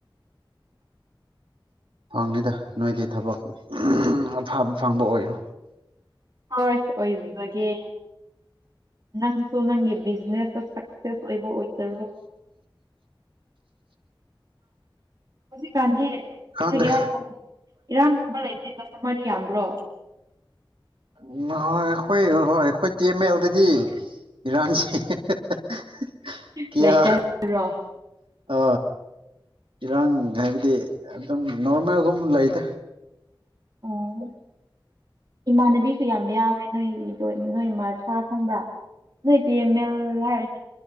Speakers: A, on the right; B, on the right.
A: ꯐꯪꯅꯤꯗ ꯅꯣꯏꯗꯤ ꯊꯕꯛ ꯑꯐꯕ ꯐꯪꯕ ꯑꯣꯏꯔꯣ
B: ꯄ ꯑꯣꯏꯁ ꯒꯦ ꯅꯪꯁꯨ ꯅꯪꯒꯤ ꯕꯤꯖꯤꯅꯦꯁꯇ ꯁꯛꯁꯦꯁ ꯑꯣꯏꯕ ꯑꯣꯏꯖꯔꯣ ꯍꯧꯖꯤꯛꯀꯥꯟꯗꯤ ꯀꯩꯅꯣ
A: ꯈꯪꯗꯦ
B: ꯏꯔꯥꯡꯒ ꯏꯔꯥꯡꯒꯨꯝꯕ ꯂꯩꯇꯦ ꯀꯁꯇꯃꯔꯗꯤ ꯌꯥꯝꯕ꯭ꯔꯣ
A: ꯎ ꯍꯣꯏ ꯑꯩꯈꯣꯏ ꯍꯣꯏ ꯑꯩꯈꯣꯏ ꯇꯤ ꯑꯦꯝ ꯑꯦꯜꯗꯗꯤ ꯏꯔꯟꯁ <inaudible> ꯀꯤꯌꯥ
B: ꯂꯩꯇꯦ ꯍꯥꯏꯕ꯭ꯔꯣ
A: ꯑ ꯏꯔꯥꯡ ꯍꯥꯏꯕꯗꯤ ꯑꯗꯨꯝ ꯅꯣꯔꯃꯦꯜꯒꯨꯝ ꯂꯩꯗ
B: ꯑꯣ
A: ꯑ <inaudible>
B: ꯏꯃꯥꯟꯅꯕꯤꯁꯨ ꯌꯥꯝ ꯌꯥꯎꯋꯦ ꯅꯣꯏꯗ ꯅꯣꯏ ꯃꯔꯁꯥ ꯈꯪꯕ꯭ꯔꯥ ꯁꯇ ꯃ ꯍꯥꯏ